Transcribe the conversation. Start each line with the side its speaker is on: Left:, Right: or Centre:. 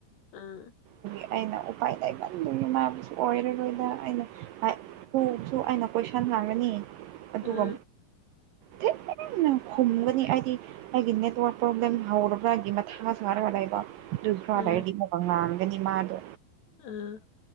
Left: ꯎꯝ
Right: ꯑꯗꯒꯤ ꯑꯩꯅ ꯎꯄꯥꯏ ꯂꯩꯥꯃꯟꯗꯕꯗꯒꯤꯃꯕꯨꯁꯨ ꯑꯣꯏꯔꯔꯣꯏꯗ ꯑꯩꯅ ꯑꯗꯨꯁꯨ ꯑꯩꯅ ꯀꯣꯏꯁꯟ ꯉꯥꯡꯒꯅꯤ ꯑꯗꯨꯒ
Left: ꯎꯝ
Right: ꯈꯤꯇꯪꯗꯡꯅ ꯈꯨꯝꯒꯅꯤ ꯑꯩ ꯑꯩꯒꯤ ꯅꯦꯠꯋꯥꯔꯛ ꯄ꯭ꯔꯣꯕ꯭ꯂꯦꯝ ꯍꯧꯔꯕ꯭ꯔꯥꯒꯤ ꯃꯊꯥ ꯁꯥꯔꯒ ꯂꯩꯕ ꯑꯗꯨ ꯈꯔꯥ
Left: ꯎꯝ
Right: ꯂꯩꯔꯗꯤ ꯃꯨꯛ ꯄꯉꯥꯡꯒꯅꯤ ꯃꯥꯗꯣ
Left: ꯎꯝ